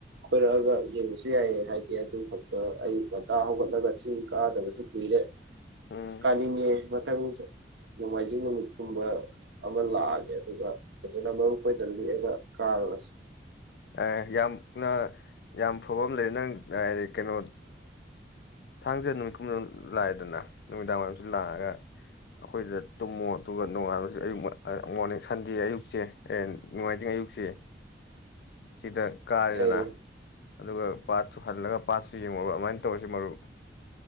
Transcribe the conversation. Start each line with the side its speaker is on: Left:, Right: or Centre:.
Right: ꯀꯣꯏꯔꯛꯑꯒ ꯌꯦꯡꯕꯁꯨ ꯌꯥꯏꯑ ꯍꯥꯏꯗꯤ ꯑꯗꯨ ꯈꯛꯇ ꯑꯌꯨꯛ ꯉꯇꯥ ꯍꯧꯒꯠꯂꯒ ꯆꯤꯡ ꯀꯥꯗꯕꯁꯨ ꯀꯨꯏꯔꯦ
Left: ꯎꯝ
Right: ꯀꯥꯅꯤꯡꯒꯦ ꯃꯊꯪ ꯅꯣꯡꯃꯥꯏꯖꯤꯡ ꯅꯨꯃꯤꯠꯀꯨꯝꯕ ꯑꯃꯕ ꯂꯑꯒꯦ ꯑꯗꯨꯒ ꯐꯖꯅ ꯃꯔꯨꯈꯣꯏꯗ ꯂꯤꯛꯛꯑꯒ ꯀꯥꯔꯨꯔꯁꯤ
Left: ꯑꯦ ꯌꯥꯝꯅ ꯌꯥꯝ ꯐ꯭ꯔꯕ ꯂꯩꯔꯦ ꯅꯪ ꯍꯥꯏꯗꯤ ꯀꯩꯅꯣ ꯊꯥꯡꯖꯗ ꯅꯨꯃꯤꯠꯀꯨꯝꯗꯪ ꯂꯥꯛꯑꯦꯗꯅ ꯅꯨꯃꯤꯗꯥꯡ ꯋꯥꯏꯔꯝꯁꯨ ꯂꯥꯛꯑꯒ ꯑꯩꯈꯣꯏꯗꯨꯗ ꯇꯨꯝꯃꯣ ꯑꯗꯨꯒ ꯅꯣꯡꯉꯥꯜꯂꯁꯨ ꯑꯌꯨꯛ ꯃꯣꯔꯅꯤꯡ ꯁꯟꯗꯦ ꯑꯌꯨꯛꯁꯦ ꯍ ꯅꯨꯡꯉꯥꯏꯖꯤꯡ ꯑꯌꯨꯛꯁꯦ ꯁꯤꯗ ꯀꯥꯏꯗꯅ
Right: ꯌꯥꯏꯌꯦ
Left: ꯑꯗꯨꯒ ꯄꯥꯠꯁꯨ ꯍꯜꯂꯒ ꯄꯥꯠꯁꯨ ꯌꯦꯡꯉꯕ ꯑꯗꯨꯃꯥꯏꯅ ꯇꯧꯔꯁꯤ ꯃꯔꯨꯞ